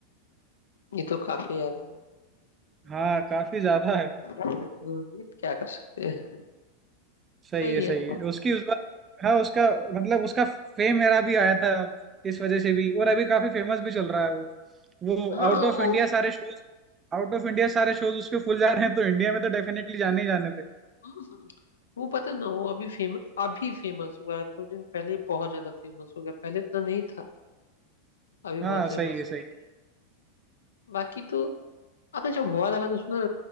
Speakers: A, on the left; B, on the right.
A: ये तो काफी ज्यादा है
B: हाँ काफी ज्यादा है
A: बट क्या कर सकते हैं
B: सही
A: सही
B: है सही
A: है
B: है उसकी उस बार हाँ उसका मतलब उसका फेम मेरा भी आया था इस वजह से भी और अभी काफी फेमस भी चल रहा है वो वो
A: हाँ
B: आउट ऑफ
A: वो
B: इंडिया सारे शोज आउट ऑफ इंडिया सारे शोज उसके फुल जा रहे हैं तो इंडिया में तो डेफिनेटली जाने ही जाने थे
A: हम्म, वो पता ना वो अभी फेमस अभी फेमस हुआ है कुछ दिन पहले बहुत ज्यादा फेमस हो गया पहले इतना नहीं था अभी बहुत
B: हाँ
A: फेमस
B: सही है
A: हो
B: सही
A: गया
B: है
A: बाकी तो आपने जब वो वाला गाना सुना